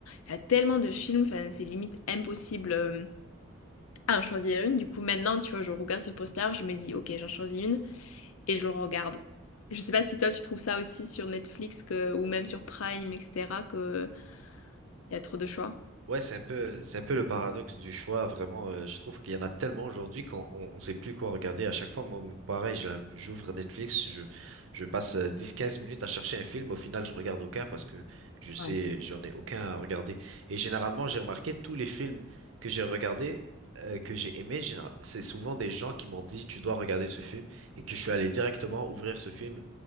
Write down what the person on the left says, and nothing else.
il y a tellement de films, enfin, c'est limite impossible. euh, à en choisir une. Du coup, maintenant, tu vois, je regarde ce poster, je me dis, ok, j'en choisis une et je le regarde. Je sais pas si toi tu trouves ça aussi sur Netflix que, ou même sur Prime, etc., que il y a trop de choix.
Ouais.